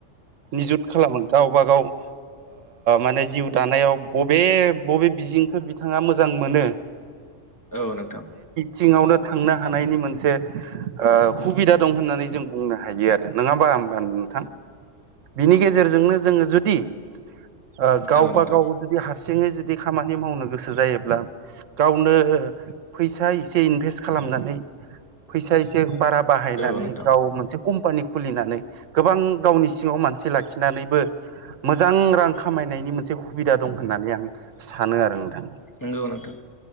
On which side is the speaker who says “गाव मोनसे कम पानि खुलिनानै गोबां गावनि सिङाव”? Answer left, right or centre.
Right